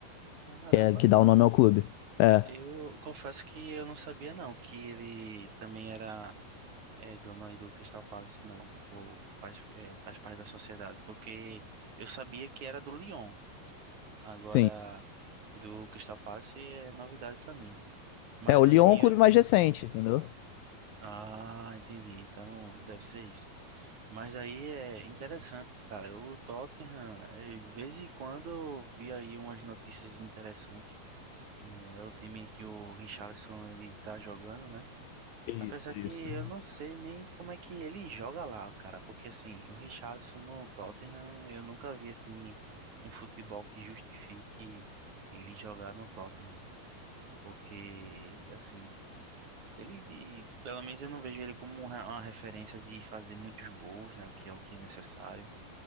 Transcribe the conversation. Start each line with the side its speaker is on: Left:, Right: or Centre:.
Right: Caramba,
Left: que, é, que
Right: mano.
Left: dá o nome ao clube. É,
Right: Eu confesso que eu não sabia não que ele também era eh, dono aí do Crystal Palace, não. Ou faz, eh, faz parte da sociedade. Porque eu sabia que era do Lyon. Agora,
Left: sim.
Right: do Crystal Palace é novidade pra mim. Mas
Left: É, o Lyon
Right: assim,
Left: é um clube mais recente, entendeu?
Right: Ah, entendi. Então, deve ser isso. Mas aí é interessante, cara. O Tottenham, eh, de vez em quando eu vi aí umas notícias interessantes, né? É o time que o Richarlison ele tá jogando, né?
Left: Isso,
Right: Apesar que
Left: isso.
Right: eu não sei nem como é que ele joga lá, cara, porque assim, o Richarlison no Tottenham, eu nunca vi assim um futebol que justifique ele jogar no Tottenham, porque assim, ele, e, pelo menos eu não vejo ele como um re- uma referência de fazer muitos gols, né? O que é o que é necessário.